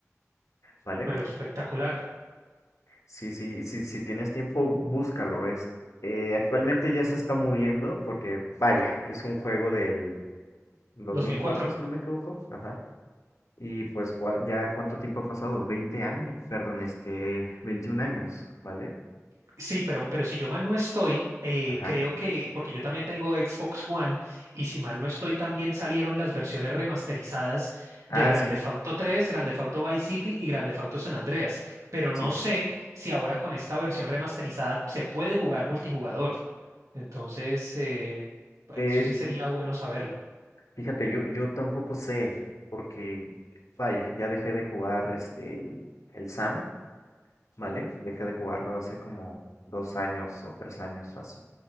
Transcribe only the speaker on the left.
¿vale?
Sí, sí, sí, si tienes tiempo, búscalo. Es, eh, actualmente ya se está muriendo porque, vaya, es un juego del dos
mil cuatro si no me equivoco. Ajá. Y pues cua- ya cuánto tiempo ha pasado, 20 años, perdón, este, 21 años, ¿vale?
Ajá.
Ah,
sí,
sí.
Eh,
y-
fíjate, yo, yo tampoco sé porque, vaya, ya dejé de jugar este, el, el SAMP, ¿vale? Dejé de jugarlo hace como dos años o tres años, así.